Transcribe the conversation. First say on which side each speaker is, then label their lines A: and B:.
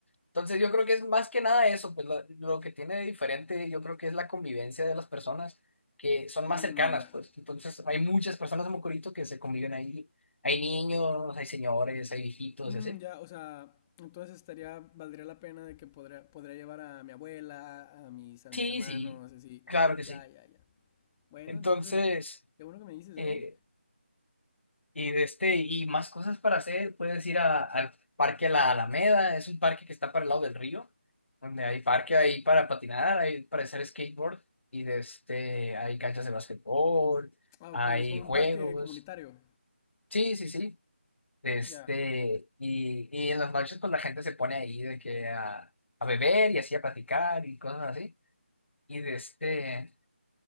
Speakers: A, on the left (about 70°); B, on the left (about 15°).
A: Entonces yo creo que es más que nada eso, pues lo, lo que tiene de diferente yo creo que es la convivencia de las personas que son
B: Mm,
A: más cercanas,
B: ya.
A: pues entonces hay muchas personas de Mocorito que se conviven ahí, hay niños, hay señores, hay viejitos
B: Mm,
A: y así.
B: ya, o sea, entonces estaría, valdría la pena de que podría, podría llevar a mi abuela, a mis, a
A: Sí,
B: mis hermanos,
A: sí,
B: así.
A: claro que sí.
B: Ya, ya, ya. Bueno,
A: Entonces,
B: entonces, qué bueno que me dices,
A: eh,
B: ¿eh?
A: Y de este, y más cosas para hacer, puedes ir a- al parque La Alameda, es un parque que está para el lado del río, donde hay parque ahí para patinar, hay para hacer skateboard, y de este, hay canchas de basquetbol,
B: Ah,
A: hay
B: ok, es como
A: juegos,
B: un parque comunitario.
A: sí, sí, sí, de este,
B: Ya.
A: y, y en las noches pues la gente se pone ahí de que a, a beber y así a platicar y cosas así, y de este,